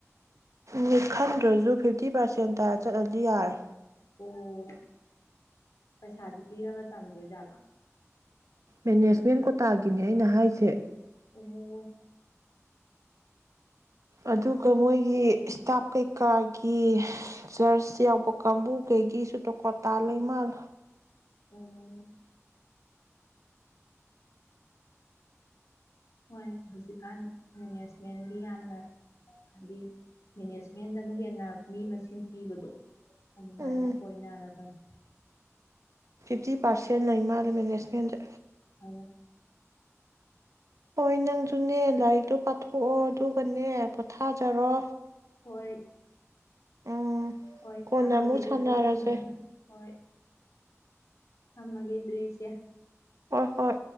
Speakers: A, on the right; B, on the left.
A: ꯃꯤꯠ ꯈꯟꯗ꯭ꯔꯁꯨ ꯐꯤꯞꯇꯤ ꯄꯥꯔꯁꯦꯟꯇ ꯆꯠꯂꯗꯤ ꯌꯥꯔꯦ
B: ꯑꯣ ꯄꯩꯁꯥꯗꯤ ꯄꯤꯔꯒ ꯇꯝꯗꯣꯏꯖꯥꯠꯂꯥ
A: ꯃꯦꯅꯦꯖꯃꯦꯟ ꯀꯣꯇꯥꯒꯤꯅꯦ ꯑꯩꯅ ꯍꯥꯏꯁꯦ
B: ꯑꯣ
A: ꯑꯗꯨꯒ ꯃꯣꯏꯒꯤ ꯏꯁꯇꯥꯞ ꯀꯩꯀꯥꯒꯤ ꯆꯔꯆ ꯌꯥꯎꯕ ꯀꯥꯡꯕꯨꯈꯩꯒꯤꯁꯨ ꯇꯣꯀꯣꯇꯥ ꯂꯩꯃꯜ
B: ꯎꯝ ꯍꯣꯏ ꯍꯧꯖꯤꯛꯀꯥꯟ ꯃꯦꯅꯦꯖꯃꯦꯟꯒꯤ ꯌꯥꯝꯅ ꯍꯥꯏꯗꯤ ꯃꯦꯅꯦꯖꯃꯦꯟꯗꯅ ꯍꯦꯟꯅ ꯃꯤ ꯃꯁꯤꯡ ꯄꯤꯕꯗꯣ ꯑꯗꯨꯃꯥꯏꯅ
A: ꯎꯝ
B: ꯑꯣꯏꯅꯔꯕꯅꯤ
A: ꯐꯤꯞꯇꯤ ꯄꯥꯔꯁꯦꯟ ꯂꯩ ꯃꯥꯂꯦ ꯃꯦꯅꯦꯖꯃꯦꯟꯖꯦ
B: ꯑ
A: ꯍꯣꯏ ꯅꯪꯁꯨꯅꯦ ꯂꯥꯏꯔꯤꯛꯇꯣ ꯄ ꯊꯣꯛꯑꯣ ꯑꯗꯨꯒꯅꯦ ꯄꯣꯊꯥꯖꯔꯣ
B: ꯍꯣꯏ
A: ꯎꯝ
B: ꯍꯣꯏ
A: ꯀꯣꯟꯅ
B: ꯊꯝꯃꯒꯦ
A: ꯑꯃꯨꯛ
B: ꯑꯗꯨꯗꯤ
A: ꯁꯥꯟꯅꯔꯁꯦ
B: ꯎꯝ ꯍꯣꯏ ꯍꯃꯒꯦꯗꯔꯤꯁꯦ
A: ꯑ ꯍꯣꯏ